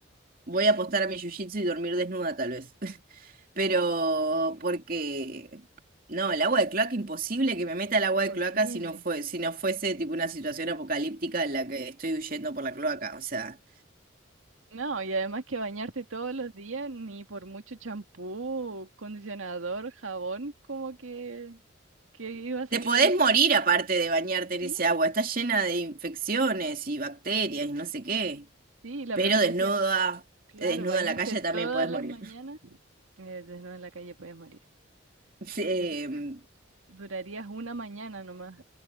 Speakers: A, on the right; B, on the right.
A: Voy a apostar a mi jiu-jitsu y dormir desnuda, tal vez. <laughs> Pero porque no, el agua de cloaca imposible que me meta el agua
B: imposible.
A: de cloaca si no fue, si no fuese tipo una situación apocalíptica en la que estoy huyendo por la cloaca, o sea,
B: No, y además que bañarte todos los días, ni por mucho champú, condicionador, jabón, como que, que iba a salir
A: te podés
B: el olor.
A: morir
B: po.
A: aparte de bañarte en
B: Sí,
A: ese agua, está llena de infecciones y bacterias y no sé qué.
B: sí, la
A: Pero
B: pregunta
A: desnuda,
B: decía, claro,
A: desnuda
B: bañarte
A: en la calle
B: todas
A: también podés
B: las
A: morir.
B: mañanas,
A: <laughs>
B: eh, desnuda en la calle podías morir.
A: Sí,
B: Yo creo
A: em,
B: que Durarías una mañana nomás.